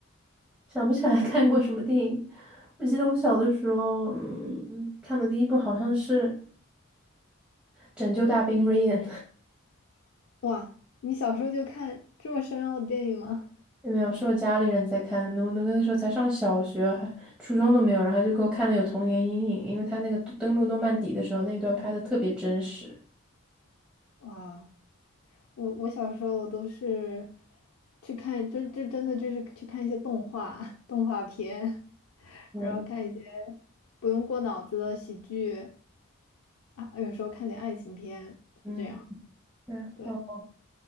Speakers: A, in the centre; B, on the left.
A: 想不起来 <laughs> 看过什么电影。我记得我小的时候，嗯，看的第一部好像是《拯救大兵瑞恩》，
B: 哇，你小时候就看这么深奥的电影吗？
A: <laughs>
B: <laughs>
A: 没有，是我家里人在看的。我那个时候才上小学，还初中都没有，然后就给我看的有童年阴影，因为他那个登陆诺曼底的时候那一段拍的特别真实。
B: 哇，我我小时候都是去看，这这真的就是去看一些动画 <laughs> 动画片，<laughs>
A: 对，
B: 然后看一些不用过脑子的喜剧啊，有时候看点爱情片，
A: 嗯，
B: 是这样。
A: 然后。
B: 对。